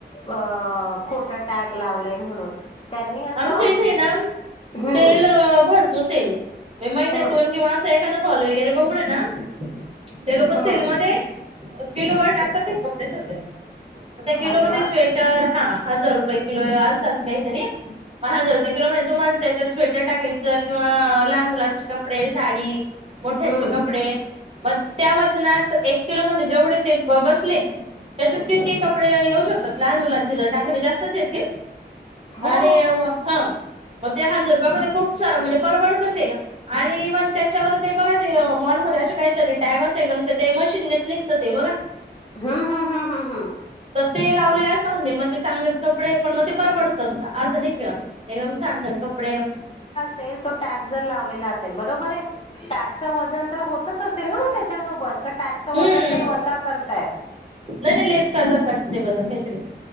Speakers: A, on the left; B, on the right.
A: अ खोटा टॅग लावलंय म्हणून त्यांनी असं
B: आमच्या इथेयना
A: हम्म
B: सेलं भर तो सेल बई महिण्यातुन
A: हम्म
B: किंवा असं एखादा हॉल वगैरे बघूनं ना ते लोक
A: हम्म
B: सेलमध्ये अ किलोवर टाकतात ते कपडे सगळे म त्या किलो
A: अरे
B: मध्ये
A: वा
B: स्वेटर हा हजार रुपये किलोय असतात काहीतरी पहा हजार रुपये किलो म्हणजे तुम्हाला त्याच्यात स्वेटर टाकायचं किंवा लहान मुलांचे कपडे साडी मोठ्यांचे
A: हम्म
B: कपडे मग त्या वजनात एक किलो मध्ये जेवढे ते ब बसले त्याच्या किती कपडे येऊ शकतात लहान मुलांची जर टाकले तर जास्तचं येतील
A: हो
B: आणि वा हा मग ते हजार रुपयामध्ये खूप सारा म्हणजे परवडतं ते आणि इव्हन त्याच्यावर ते बघा ते मॉलमध्ये अशे काहीतरी टॅग असते एकदम तर ते मशिननेच निघत ते बघा
A: हा हा हा हा हा
B: तर ते लावलेले असता म्हणजे मग ते चांगलेच कपडे पण मग ते परवडतात असं नाही का एकदम छान छान कपडेयन
A: सेलच तो टॅग जर लावलेल असेल बरोबरं, टॅग च वजन तोच असेल ना मग त्याच्या सोबत का टॅग च
B: हम्म
A: वजन ते वजा करतायत
B: नाही नाही लेस करतात वाटत ते वजन काहीतरी